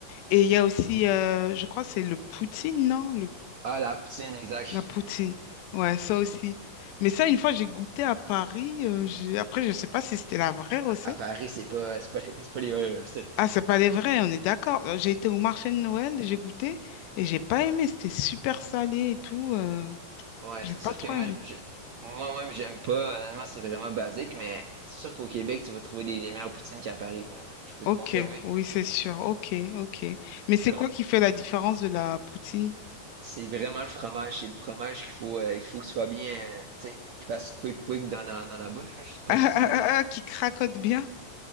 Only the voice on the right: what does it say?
Ah, la poutine, exact.
À Paris, c'est pas, c'est pas, c'est pas les vraies recettes.
Ouais,
c'est
sûr
que moi,
je, moi-même, j'aime pas. Honnêtement, c'est vraiment basique, mais c'est sûr qu'au Québec, tu vas trouver des, des meilleures poutines qu'à Paris. là. Je peux
te confirmer.
Vraiment.
C'est vraiment le fromage. C'est le fromage qu'il faut, euh, qu'il faut qu'il soit bien, euh, tu sais, qu'il fasse quick quick dans la, dans la bouche. hein, je
sais pas
si.
euh,